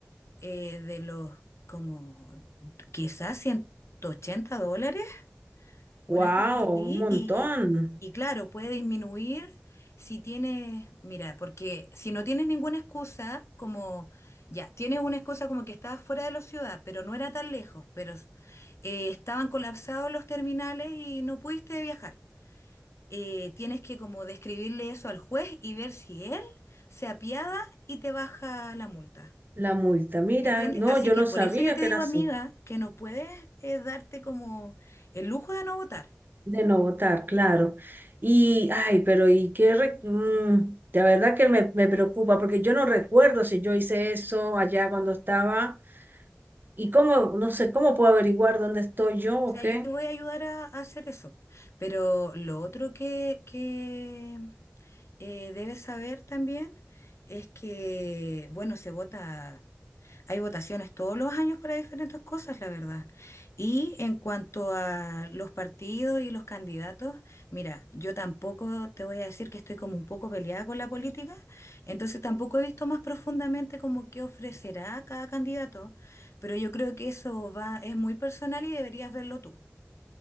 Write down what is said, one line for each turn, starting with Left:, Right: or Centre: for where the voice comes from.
Left: eh, de los como quizás ciento ochenta dólares, una
Right: wow,
Left: cosa así,
Right: un montón.
Left: y, y claro, puede disminuir si tienes, mira, porque si no tienes ninguna excusa, como ya, tienes una excusa como que estabas fuera de la ciudad, pero no era tan lejos, pero eh, estaban colapsados los terminales y no pudiste viajar eh, tienes que como describirle eso al juez y ver si él se apiada y te baja la multa.
Right: La multa, mira,
Left: ¿Me entiendes?
Right: no,
Left: Así
Right: yo
Left: que
Right: no
Left: por
Right: sabía
Left: eso yo te
Right: que
Left: digo,
Right: era así,
Left: amiga, que no puedes eh, darte como el lujo de no votar.
Right: de no votar, claro. Y, ay, pero y qué, re- mm, la verdad que me, me preocupa, porque yo no recuerdo si yo hice eso allá cuando estaba, y cómo, no sé, cómo puedo averiguar dónde estoy yo o
Left: O sea,
Right: qué.
Left: yo te voy a ayudar a, a hacer eso. Pero lo otro que, que eh, debes saber también es que, bueno, se vota Hay votaciones todos los años para diferentes cosas, la verdad. Y en cuanto a los partidos y los candidatos, mira, yo tampoco te voy a decir que estoy como un poco peleada con la política, entonces tampoco he visto más profundamente como qué ofrecerá cada candidato, pero yo creo que eso va, es muy personal y deberías verlo tú.